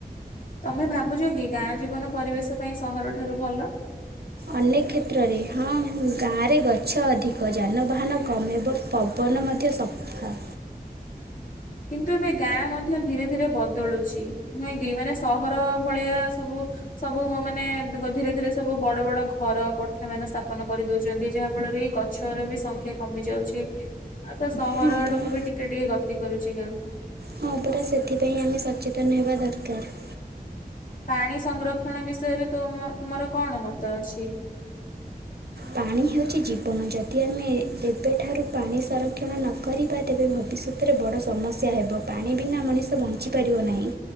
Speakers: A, on the left (about 55°); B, on the right (about 75°).
A: ତମେ ଭାବୁଚ କି, ଗାଁ ଜୀବନ ପରିବେଶ ପାଇଁ ସହରଠାରୁ ଭଲ।
B: ଅନେକ କ୍ଷେତ୍ରରେ, ହଁ ଗାଁରେ ଗଛ ଅଧିକ। ଯାନବାହାନ କମିବ ପବନ ମଧ୍ୟ ସଫା।
A: କିନ୍ତୁ ଏବେ ଗାଁ ମଧ୍ୟ ଧୀରେ ଧୀରେ ବଦଳୁଛି ନୁହେଁ କି? ମାନେ ସହର ଭଳିଆ ସବୁ ସବୁ ମାନେ ଧିରେ ଧିରେ ସବୁ ବଡ ବଡ ଘର, କୋଠାମାନ ସ୍ଥାପନ କରିଦଉଚନ୍ତି। ଯାହା ଫଳରେ କି ଗ ଗଛର ବି ସଂଖ୍ୟା କମି ଯାଉଛି। ଆଉ ତ ସହର
B: ହଁ
A: ଆଡକୁ
B: ପରା
A: ବି ଟିକେ ଟିକେ ଗତି କରୁଛି ଗାଁ।
B: ହଁ ପରା ସେଥିପାଇଁ ଆମେ ସଚେତନ ହେବା ଦରକାର।
A: ପାଣି ସଂଗ୍ରକ୍ଷଣ ବିଷୟରେ ତୁମ-ତୁମର କଣ ମତ ଅଛି?
B: ପାଣି ହେଉଚି ଜୀବନ। ଯଦି ଆମେ ଏବେଠାରୁ ପାଣି ସଂରକ୍ଷଣ ନ କରିବା, ତେବେ ଭବିଷ୍ୟତ ଏଥିରେ ବଡ଼ ସମସ୍ୟା ହେବ। ପାଣି ବିନା ମଣିଷ ବଞ୍ଚିପାରିବ ନାହିଁ।